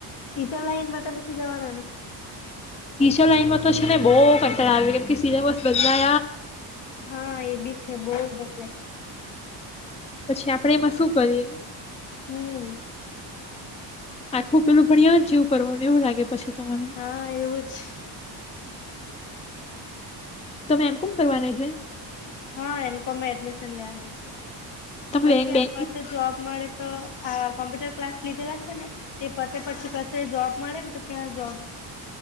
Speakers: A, on the left; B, on the left.
A: ટીચર લાઈનમાં તો નથી જવાના ને?
B: ટીચર લાઈનમાં તો છે ને બહુ કંટાળો આવે કેમ કે સિલેમસ બધા
A: હા એ બી છે, બહ જ બદલાય.
B: પછી આપણેે એમાં શું કરીએ.
A: હમ.
B: આખું પેલું ભણ્યા જ જેવું કરવાનું એવું લાગે પછી તો મને.
A: હા એવું જ
B: તમે એમ કોમ કરવાના છે?
A: હા એમ કોમમાં એડમિશન લેવાની છે.
B: તમે
A: પછી
B: બેંક
A: એમ
B: બેંક
A: પાસે જોબ મળે તો. આ કોમ્પ્યુટર ક્લાસ લીધેલા છે ને, તે પછી જોબ મળે ને તો ત્યાં જોબ